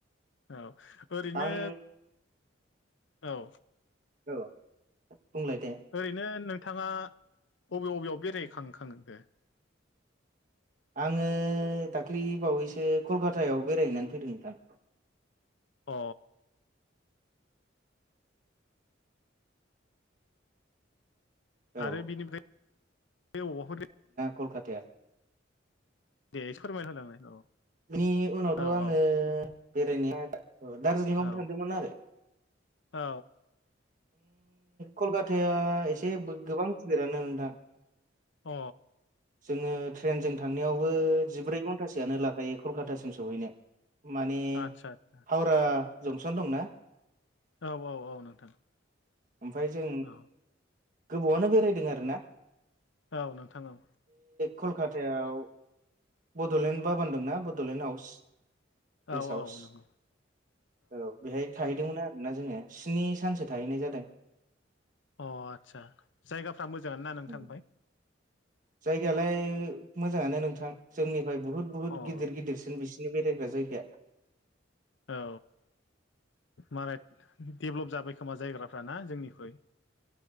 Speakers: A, on the left (about 75°); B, on the right (about 45°).
A: औ ओरैनो
B: आं
A: औ
B: औ बुंलाय दे
A: ओरैनो नों थाङा अबे बबेयाव बेरायखां खांखो?
B: आङो दाख्ललि बावैसो कलकातायाव बेरायहैनानै फैदों नोंथां
A: अ
B: औ
A: आरो बिनिफ्राय बे अहले
B: कलकताया
A: दे फोरमायना होलांनाय औ
B: बे उनावथ'
A: औ
B: आङो बेरायनाया औ दार्जिलिं आवबो
A: औ
B: थांदोंमोन आरो
A: औ
B: कलकाताया एसे गोबां गिदिरानो नोंथां
A: अ
B: जोङो ट्रेनजों थांनायावबो जिब्रै घन्टासोयनो लाखायो कलकातासिम सहैनायाव। माने
A: आदसा आदसा
B: हावरा जंसन दंना?
A: औ औ औ नोंथां।
B: ओमफ्राय जों
A: औ
B: गोबावावनो बेरायदों आरो ना।
A: औ नोंथां औ
B: कलकातायाव बड'लेण्ड बाबान दंना बड'लेण्ड हाउस गेस्ट
A: औ
B: हाउस
A: औ नंगौ
B: औ बेहाय थाहै दोंमोन आरोना जोङो स्नि सानसो थाहैनाय जादों।
A: अ आदसा जायगाफ्रा मोजां ना नोंथां
B: उम।
A: बेहाय?
B: जायगायालाय मोजाङानो नोंथां जोंनिफ्राय बुहुत बुहुत
A: अ
B: गिदिर गिदिरसिन बिसि सिनि बेरायग्रा जायगाया
A: औ माराय डेभेलप जाबाय। खोमा ना जायग्राफ्राना जोंनिख्रुइ?